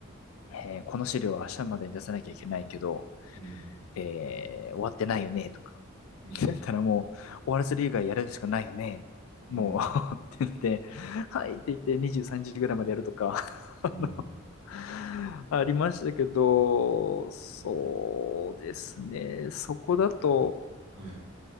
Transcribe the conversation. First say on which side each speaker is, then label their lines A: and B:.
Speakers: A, on the left; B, on the right.
A: えーこの資料は明日までに出さなきゃいけないけど、
B: うん、
A: えー終わってないよね、とか。
B: うん、
A: だったらもう、終わらせる以外やるしかないよね。
B: うん、
A: もう <laughs> って言って、はいって言って23時ぐらいまでやるとか、
B: うん、
A: <laughs> <laughs> ありましたけど、そうですね。
B: うん、
A: そこだと、
B: はい、